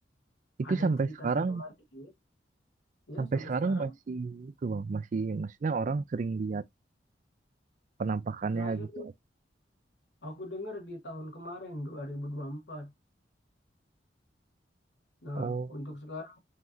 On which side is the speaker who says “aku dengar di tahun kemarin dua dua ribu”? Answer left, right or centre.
Left